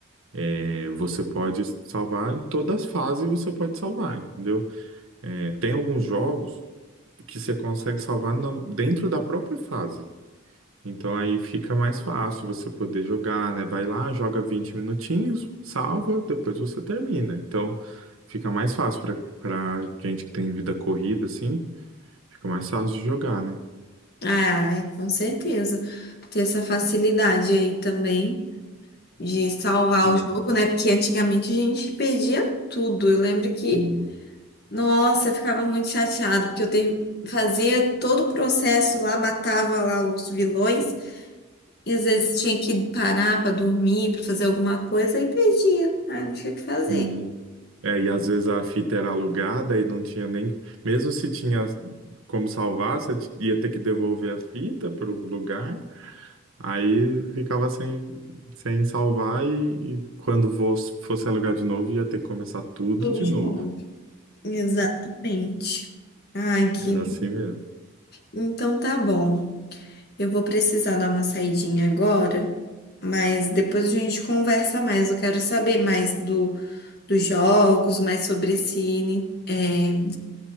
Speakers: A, on the right (about 80°); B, on the left (about 50°).
A: É, você pode salvar em todas as fases, você pode salvar, entendeu? É, tem alguns jogos que você consegue salvar na- dentro da própria fase. Então aí fica mais fácil você poder jogar, né? Vai lá, joga 20 minutinhos, salva, depois você termina. Então fica mais fácil para para gente que tem vida corrida, assim, fica mais fácil de jogar, né?
B: Ai, com certeza. Ter essa facilidade aí também de salvar
A: Sim,
B: o jogo, né? Porque antigamente a gente perdia tudo. Eu lembro que
A: sim,
B: Nossa, eu ficava muito chateada, porque eu te- fazia todo o processo lá, matava lá os vilões, e às vezes tinha que parar para dormir, para fazer alguma coisa, e perdia. Ai, não tinha o que fazer.
A: sim. É, e às vezes a fita era alugada e não tinha nem. Mesmo se tinha como salvar, você t- ia ter que devolver a fita para o lugar. Aí ficava sem, sem salvar e, e quando fosse fosse alugar de novo, ia ter que começar tudo
B: Tudo
A: de
B: de
A: novo.
B: novo. Exatamente. Ai, que...
A: Era assim mesmo.
B: Então tá bom. Eu vou precisar dar uma saidinha agora, mas depois a gente conversa mais. Eu quero saber mais do, dos jogos, mais sobre esse, Ni- é,